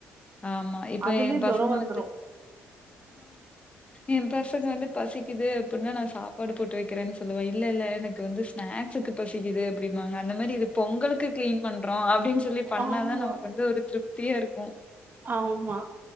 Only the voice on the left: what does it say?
ஆமா இப்ப
எ பசங்க
வந்து என் பசங்க வந்து பசிக்குது அப்டின்னா நா சாப்பாடு போட்டு வெக்கிறேன்னு சொல்லுவே இல்ல இல்ல எனக்கு வந்து ஸ்நாக்ஸுக்கு பசிக்குது அப்டிபாங்க அந்த மாரி இது பொங்கலுக்கு கிளீன் பண்றோ அப்டின்னு சொல்லி பண்ணாதா
நமக்கு வந்து ஒரு திருப்தியா இருக்கு